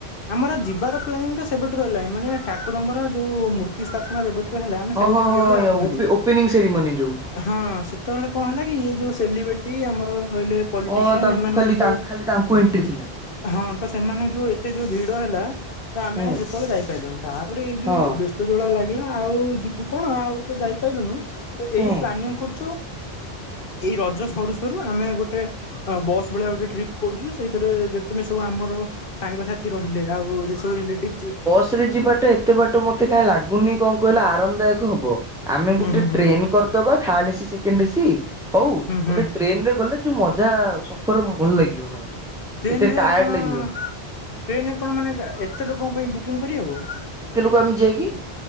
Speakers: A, on the left; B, in the centre.
A: ଆମର ଯିବାର ପ୍ଲାନିଂଟା ସେବେଠୁ ରହିଲାଇଁ, ମାନେ ଠାକୁରଙ୍କର ଯୋଉ ମୂର୍ତ୍ତି ସ୍ଥାପନା ଯେବେଠୁ ହେଲା ଆମେ
B: ହଁ
A: ସେବେଠାରୁ
B: ହଁ
A: ଯିବା
B: ହଁ
A: ବୋଲି ଭାବୁଥିଲୁ।
B: ଓପେ ଓପେନିଂ ସେରିମନି ଯୋଉ
A: ହଁ ସେତେବେଳେ କଣ ହେଲା କି ଇଏ ଯୋଉ ସେଲିବ୍ରେଟି ଆମର ରହିଲେ ପଲିଟିସିଆନ୍
B: ହଁ ତାଙ୍କୁ
A: ଏମାନଙ୍କର
B: ଖାଲି ତାଙ୍କୁ
A: ଯୋଉ
B: ଖାଲି ତାଙ୍କୁ ଏଣ୍ଟ୍ରି ଥିଲା।
A: ହଁ ତ ସେମାନଙ୍କ ଯୋଉ ଏତେ ଯୋଉ ଭିଡ ହେଲା ତ ଆମେ
B: ହୁଁ
A: ସେତେବେଳେ ଯାଇପାରିଲୁନି ତାପରେ ଏଇ ଯୋଉ
B: ହଁ
A: ବେସ୍ ତ ଯୋଉ ଭଳିଆ ଲାଗିଲା ଆଉ ଯିବୁ କଣ ଆଉ ତ ଯାଇପାଇଲୁନୁ ତ
B: ହୁଁ
A: ଏଇ ପ୍ଲାନିଂ କରୁଚୁ ଏଇ ରଜ ସରୁ-ସରୁ ଆମେ ଗୋଟେ ବସ୍ ଭଳିଆ ଗୋଟେ ଟ୍ରିପ୍ କରୁଚୁ ସେଇଥେରେ ଯେ ତେମେ ସବୁ ଆମର ସାଙ୍ଗସଥି ରହିଲେ ଆଉ ସବୁ ରିଲେଟିଭ୍ ଯିଏ
B: ବସରେ ଯିବାଟା ଏତେବାଟ ମତେ କାଇଁ ଲାଗୁନି କଣ କହିଲ ଆରାମଦାୟକ ହବ। ଆମେ
A: ହୁଁ
B: ଗୋଟେ
A: ହୁଁ ହୁଁ
B: ଟ୍ରେନ୍ କରିଦବା ଥାର୍ଡ ଏସି ସେକେଣ୍ଡ ଏସିି ହଉ
A: ହୁଁ ହୁଁ
B: ଗୋଟେ ଟ୍ରେନ୍ରେ ଗଲେ ଯୋଉ ମଜା ସଫର ଭଲ୍ ଲାଗିବ ମାନେ।
A: ଟ୍ରେନରେ
B: ଏତେ ଟାୟାର୍ଡ
A: କଣ
B: ଲାଗିବନି
A: ଟ୍ରେନରେ କଣ ମାନେ ଏତେ ଲୋକଙ୍କ ପାଇଁ ବୁକିଂ କରିହବ?
B: କେତେ ଲୋକ ଆମେ ଯିବା କି?